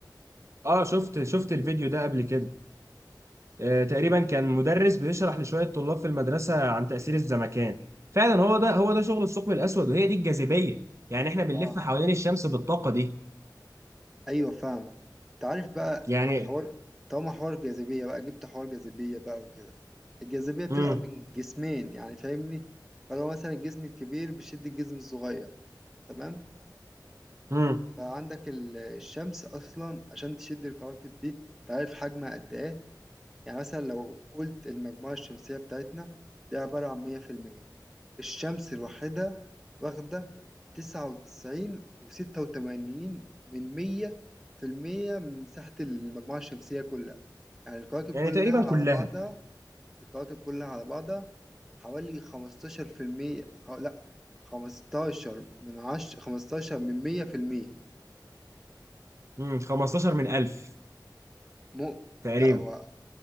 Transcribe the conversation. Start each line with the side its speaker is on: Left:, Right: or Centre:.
Right: اه شفت شفت الفيديو ده قبل كده آه تقريبا كان مدرس بيشرح لشوية طلاب في المدرسة عن تأثير الزمكان فعلا هو ده هو ده شغل الثقب الأسود وهي دي الجاذبية يعني احنا بنلف
Centre: اه
Right: حوالين الشمس بالطاقة دي
Centre: ايوه فاهمك انت عارف بقى
Right: يعني
Centre: حوار طالما حوار جاذبية بقى جبت حوار جاذبية بقى وكده الجاذبية بتبقى
Right: امم
Centre: من جسمين يعني فاهمني فلو مثلا الجسم الكبير بيشد الجسم الصغير تمام
Right: امم
Centre: فعندك ال- الشمس اصلا عشان تشد الكواكب دي انت عارف حجمها قد ايه يعني مثلا لو قلت المجموعة الشمسية بتاعتنا دي عبارة عن 100% الشمس الوحيدة واخدة تسعة وتسعين وستة وتمانين من مية في المية من مساحة المجموعة الشمسية كلها يعني الكواكب
Right: يعني
Centre: كلها
Right: تقريبا
Centre: على
Right: كلها
Centre: بعضها الكواكب كلها على بعضها حوالي خمستاشر في المية خ... لأ خمستاشر من عشر خمستاشر من مية في المية
Right: امم 15 من 1000
Centre: م...
Right: تقريبا
Centre: لأ هو